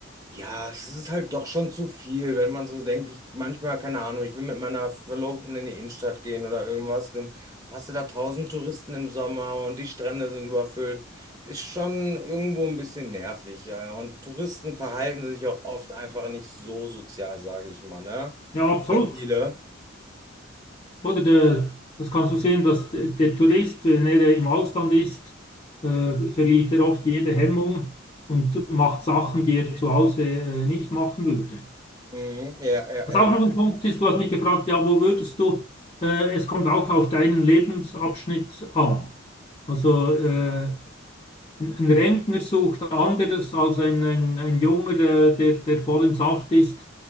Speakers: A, on the right; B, on the left.
A: ja, es ist halt doch schon zu viel, wenn man so denkt, ich manchmal, keine Ahnung, ich will mit meiner Verlobten in die Innenstadt gehen oder irgendwas, dann hast du da tausend Touristen im Sommer und die Strände sind überfüllt. Ist schon irgendwo ein bisschen nervig, ja. Und Touristen verhalten sich auch oft einfach nicht so sozial, sage ich mal, ne?
B: ja, absolut.
A: Viele.
B: Oder der, das kannst du sehen, dass der der Tourist, wenn er äh, im Ausland ist, äh, verliert er oft jede Hemmung und macht Sachen, die er zu Hause äh, nicht machen würde.
A: Mhm. Ja, ja,
B: Was auch
A: ja.
B: noch ein Punkt ist, du hast mich gefragt, ja, wo würdest du, äh, es kommt auch auf deinen Lebensabschnitt an. Also äh, ein ein Rentner sucht anderes als ein, ein, ein Junger, äh, der, der voll im Saft ist